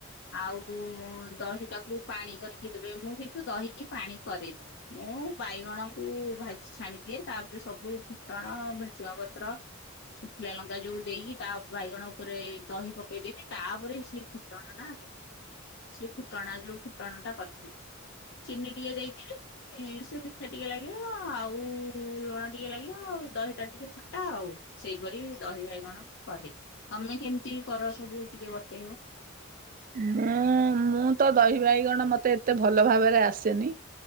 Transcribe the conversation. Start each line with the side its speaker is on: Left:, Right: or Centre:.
Left: ଆଉ ଦହିଟାକୁ ପାଣି କରିକି ଦେବେ ମୁଁ କିନ୍ତୁ ଦହିକି ପାଣି କରେନି। ମୁଁ ବାଇଗଣ କୁ ଭାଜି ଛାଣିଦିଏ, ତାପରେ ସବୁ ଫୁଟଣ, ଭୃଷଙ୍ଗ ପତ୍ର ଶୁଖିଲା ଲଙ୍କା ଯୋଉ ଦେଇକି, ତା ଉ ବାଇଗଣ ଉପରେ ଦହି ପକେଇଦେଇ କି, ତା ଉପରେ ସେ ଫୁଟଣ ଟା ସେ ଫୁଟଣା ଯୋଉ ଫୁଟଣ ଟା କରି ଥିବି, ଚିନି ଟିକେ ଦେଇ ଦିଏ। ସେ ମିଠା ଟିକେ ଲାଗିବ, ଆଉ ଲୁଣ ଟିକେ ଲାଗିବ, ଆଉ ଦହିଟା ଟିକେ ଖଟା ଆଉ। ସେଇପରି ଦହି ବାଇଗଣ କରେ। ତମେ କେମିତି କର ସବୁ ଟିକେ ବତେଇବ?
Right: ମୁଁ, ମୁଁ ତ ଦହି ବାଇଗଣ ମତେ ଏତେ ଭଲ ଭାବରେ ଆସେନି।